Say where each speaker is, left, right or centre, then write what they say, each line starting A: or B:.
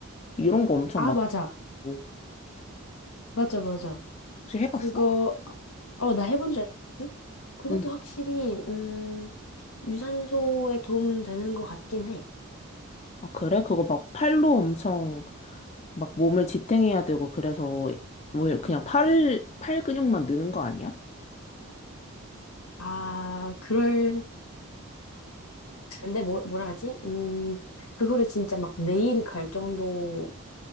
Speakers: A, on the left; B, on the left.
A: 이런 거 엄청
B: 아,
A: 많고
B: 맞아. 맞아, 맞아.
A: 혹시 해봤어?
B: 그거, 어, 나 해본 줄 알거든? 그것도
A: 응.
B: 확실히, 음, 유산소에 도움 되는 것 같긴 해.
A: 아 그래? 그거 막 팔로 엄청 막 몸을 지탱해야 되고 그래서 뭐 그냥 팔 팔 근육만 느는 거 아니야?
B: 아, 그럴 근데 뭐, 뭐라 하지? 음, 그거를 진짜 막 매일 갈 정도로